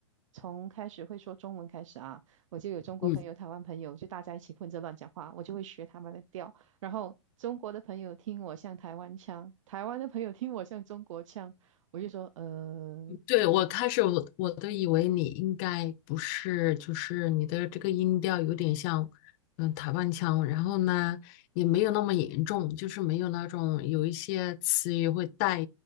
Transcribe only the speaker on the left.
嗯。
对，我开始我我都以为你应该不是，就是你的这个音调有点像，嗯，台湾腔，然后呢也没有那么严重，就是没有那种有一些词语会带